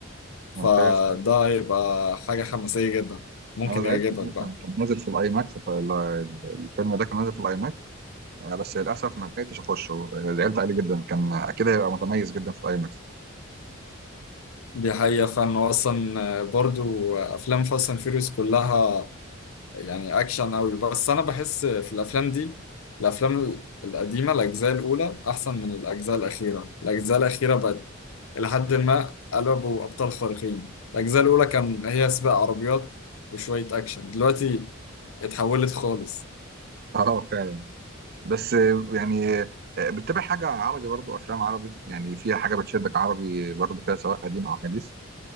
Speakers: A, on the right; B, on the left.
A: ممتاز
B: فده
A: جدا
B: هيبقى حاجة حماسية جدا ممكن
A: انا زعلت
B: يعجبك
A: جدا
B: بقى
A: كان نازل في الاي ماكس فالفيلم ده كان نازل في الاي ماكس آه، بس للاسف ما لحقتش اخشه آه، زعلت عليه جدا كان اكيد هيبقى متميز جدا في الاي ماكس
B: دي حقيقة فأنا أصلا آه، برضو آه، أفلام فاست أند فيوريوس كلها يعني أكشن أوي بس أنا بحس في الأفلام دي الأفلام القديمة الأجزاء الأولى أحسن من الأجزاء الأخيرة الأجزاء الأخيرة بقت إلى حد ما قلبوا أبطال خارقين الأجزاء الأولى كان هي سباق عربيات وشوية أكشن دلوقتي اتحولت خالص
A: <laughs> اه فعلا بس آه، يعني آه، بتتابع حاجه عربي برضو افلام عربي يعني فيها حاجه بتشدك عربي برضو كده سواء قديم او حديث